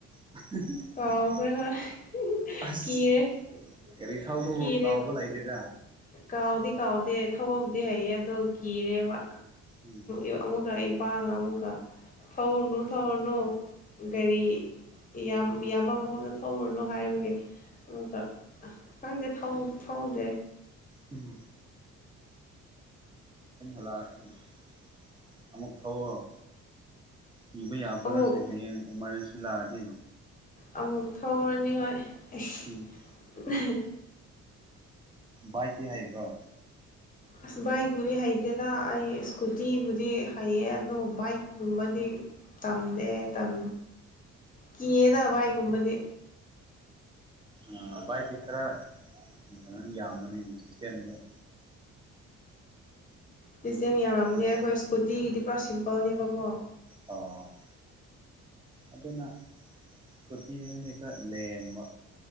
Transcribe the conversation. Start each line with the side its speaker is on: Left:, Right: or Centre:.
Right: <unintelligible>
Left: ꯀꯥꯎꯈ꯭ꯔꯦ ꯍꯣꯏ
Right: ꯑꯁ
Left: ꯀꯤꯔꯦ
Right: ꯒꯔꯤ ꯊꯥꯎꯕꯕꯨ
Left: ꯀꯤꯔꯦꯕ
Right: ꯀꯥꯎꯕ ꯂꯩꯇꯦꯗ
Left: ꯀꯥꯎꯗꯤ ꯀꯥꯎꯗꯦ ꯊꯧꯕꯕꯨꯗꯤ ꯍꯩꯌꯦ ꯑꯗꯣ ꯀꯤꯔꯦꯕ
Right: ꯎꯝ
Left: ꯏ ꯑꯃꯨꯀ ꯏꯄꯥꯅ ꯑꯃꯨꯀ ꯊꯧꯔꯨꯅꯨ ꯊꯧꯔꯨꯅꯨ ꯒꯥꯔꯤ ꯃꯤꯌꯥꯝ ꯃꯤꯌꯥꯝꯕ ꯃꯐꯝꯗ ꯊꯧꯔꯨꯅꯨ ꯍꯥꯏꯕꯒꯤ ꯑꯃꯨꯀ ꯈꯪꯗꯦ ꯊꯧ ꯊꯧꯗꯦ
Right: ꯎꯝ <unintelligible> ꯑꯃꯨꯛ ꯊꯧꯋ‌ꯣ ꯀꯤꯕ ꯌꯥꯕ
Left: ꯑꯃꯨꯛ
Right: ꯅꯠꯇꯦ ꯍꯌꯦꯡ ꯏꯃꯥꯔꯖꯦꯟꯁꯤ ꯂꯥꯛꯑꯗꯤ
Left: ꯑꯃꯨꯛ ꯊꯧꯔꯅꯤ ꯍꯣꯏ ꯑꯩꯁ
Right: ꯎꯝ ꯚꯥꯏꯠꯇꯤ ꯍꯩꯕ꯭ꯔꯣ
Left: ꯑꯁ ꯕꯥꯏꯛꯄꯨꯗꯤ ꯍꯩꯇꯦꯗ ꯑꯩ ꯏꯁꯀꯨꯇꯤꯕꯨꯗꯤ ꯍꯩꯌꯦ ꯑꯗꯣ ꯕꯥꯏꯛꯀꯨꯝꯕꯗꯤ ꯇꯝꯗꯦ ꯇꯝ ꯀꯤꯌꯦꯗ ꯚꯥꯏꯛꯒꯨꯝꯕꯗꯤ
Right: ꯑꯥ ꯕꯥꯏꯠꯗꯤ ꯈꯔ ꯀꯩꯅ‌ꯣ ꯌꯥꯝꯕꯅꯦ ꯁꯤꯁꯇꯦꯝꯗ‌ꯣ
Left: ꯁꯤꯁꯇꯦꯝ ꯌꯥꯝꯔꯝꯃꯅꯦ
Right: ꯑꯣ
Left: ꯑꯩꯈꯣꯏ ꯁ꯭ꯀꯨꯇꯤꯒꯤꯗꯤ ꯄꯨꯔꯥ ꯁꯤꯝꯄꯜꯅꯦꯕꯀꯣ
Right: ꯑꯣ ꯑꯗꯨꯅ ꯁꯀꯨꯇꯤꯗꯨꯅ ꯂꯦꯝꯕ